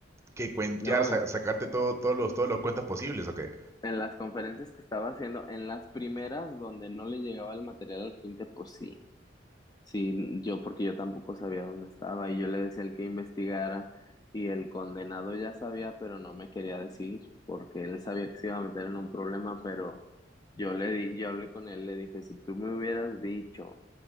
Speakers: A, on the right (about 15°); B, on the left (about 20°).
A: que cuentear,
B: No,
A: sa-
B: en,
A: sacarte todo, todos los, todos los cuentos posibles, ¿o qué?
B: en las conferencias que estaba haciendo, en las primeras donde no le llegaba el material al cliente, pues sí. Sí, yo porque yo tampoco sabía dónde estaba y yo le decía al que investigara y el condenado ya sabía, pero no me quería decir porque él sabía que se iba a meter en un problema, pero yo le di, yo hablé con él, le dije, si tú me hubieras dicho